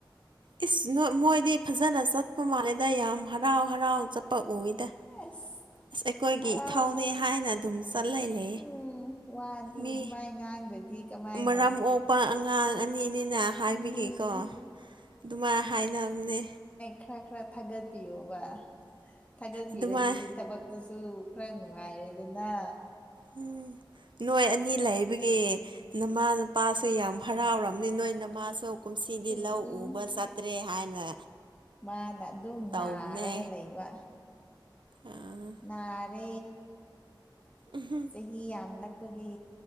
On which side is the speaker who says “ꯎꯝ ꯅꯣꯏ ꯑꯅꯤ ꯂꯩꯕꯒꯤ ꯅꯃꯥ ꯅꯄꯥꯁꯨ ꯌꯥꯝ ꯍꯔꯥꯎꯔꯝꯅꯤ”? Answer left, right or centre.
Right